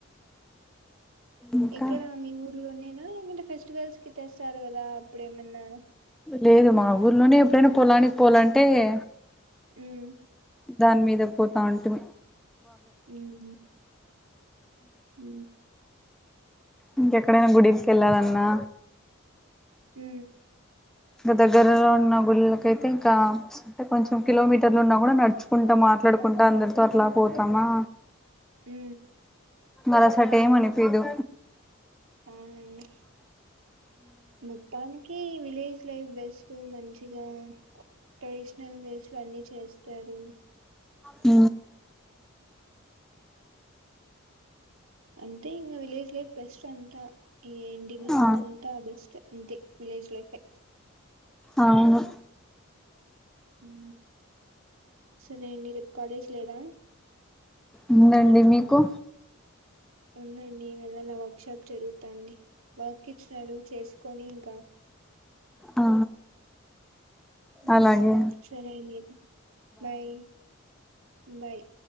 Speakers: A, in the centre; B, on the right.
A: ఇంకా
B: ఎక్కడా మీ ఊర్లోనేనా మీరు ఫెస్టివల్స్ కి తెస్తారు కదా అప్పుడు ఏమన్నా
A: లేదు మా ఊర్లోనే ఎప్పుడైనా పొలానికి పోలాంటే తే
B: ఉమ్
A: దాని మీద పోతా ఉంటాం
B: ఉమ్ ఉ
A: ఇంకెక్కడైనా గుడిక వెళ్ళాలన్నా
B: ఉ
A: ఇంక దగ్గరలో ఉన్న గుళ్ళకైతే ఇంకాే కొంచెం కిలోమీటర్లు ఉన్నా కూడా నడుచుకుంటా మాట్లాడుకుంటా అందరితో అట్లా పోతామా
B: ఉ
A: అలసట ఏం అనిపిదు
B: అవును మొత్తానికి విలేజ్ లైఫ్ బెస్ట్ అ <unintelligible> మంచిగా ట్రెడిషనల్ వేస్ లో అన్ని చేస్తారు
A: అ
B: అంటే ఇకా విలేజ్ లైఫ్ బెస్ట్ అంతా ఈ ఎండింగ్ లో
A: ఆ
B: అంతా బెస్ట్ అంతే విలేజ్ లైఫ్ ఎ
A: అవును
B: ఉ సరేండి రేప్ కాలేజ్ లేదా
A: ఉందండి మీకు
B: ఉందండి వెెల్లలా వర్క్ షాప్ జరుగుతాది వర్క్ ఇచ్చినాడు చేసుకొని ఇంకా
A: ఆ
B: ఉ
A: అలాగే
B: సరే అండి బాయ్ ఉ బాయ్